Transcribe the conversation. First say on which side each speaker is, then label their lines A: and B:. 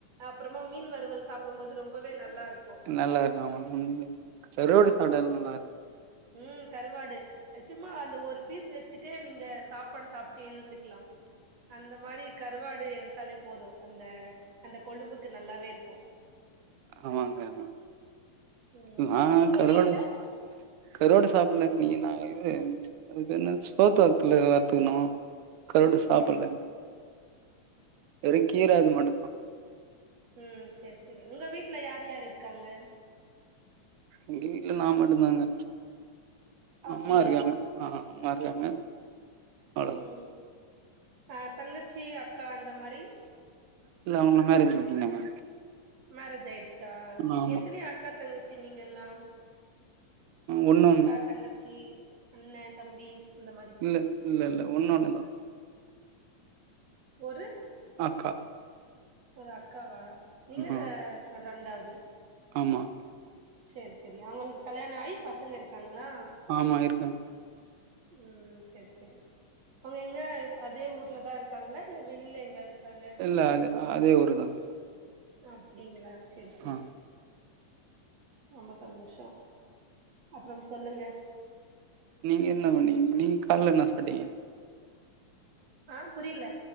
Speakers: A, on the right; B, on the right.
A: அப்புறமா மீன் வருறுவல் சாப்பிடும்போது ரொம்பவே நல்லா இருக்கு
B: நல்லா இருக்கு ஆமா கரோடு கடயிலா நல்லா இருக்கு
A: உம் கருவாடு சும்மா அந்த ஒரு பீஸ் வச்சுட்டே நீங்க சாப்பாடு சாப்ட்டு எழுந்துக்கலா அந்த மாரி கருவாடு எடுத்தாலே போது அந்த அந்த கொழும்புக்கு நல்லாவே இருக்கு
B: ஆமாங்க அதா
A: ம்
B: நா
A: உங்க
B: கருவாடு
A: வீட்ல
B: கருவாடு சாப்பில நீ நா அதுனா சோத்து வத்துல வத்துக்கணு கருவாடு சாப்பல
A: செரி
B: வெரு கீரா அது மட்டுதா
A: ம் செரி செரி உங்க வீட்டுல யார் யார்ரு இருக்காங்க
B: எங்க வீட்டுல நா மட்டுதாங்க
A: அப்டியா
B: அம்மா இருக்காங்க ஆ அம்மா இருக்காங்க அவ்ளத
A: ம் ஆ தங்கச்சி அக்கா அந்த மாரி
B: இல்ல அவுங்கள்ல மேரேஜ் பண்ணிங்காங்க
A: மேரேஜ் ஆயிடுச்சா
B: ஆமா
A: எத்தன அக்கா தங்கச்சி நீங்க எலாம்
B: ஒண்ணு ஒண்ணு
A: அக்கா தங்கச்சி அண்ணன் தம்பி இந்த மாரி
B: இல்ல இல்ல இல்ல ஒண்ண ஒண்ணும் தா
A: ஒரு
B: அக்கா
A: ஒரு அக்காவா நீங்க
B: ஆ
A: தான் ரெண்டாவது
B: ஆமா
A: சேரி சேரி அவுங்களுக்கு கல்யாண ஆயி பசங்க இருக்காங்களா
B: ஆமா இருக்காங்க
A: ம் சேரி சேரி அவுங்க எங்க அதே ஊர்ல தா இருக்காங்களா இல்ல வெளில எங்காவ்து கல்யாண
B: இல்ல
A: பண்ணி குட்த்துட்டீங்களா
B: அது அதே ஊருதாங்க
A: அப்டிங்ளா சேரி சேரி
B: ஆ
A: ரொம்ப சந்தோஷ அப்றம் சொல்லுங்க
B: நீங்க என்ன பண்ணீங்க நீங்க கால்ல என்ன சாப்ட்டீங்க
A: ஆ புரியல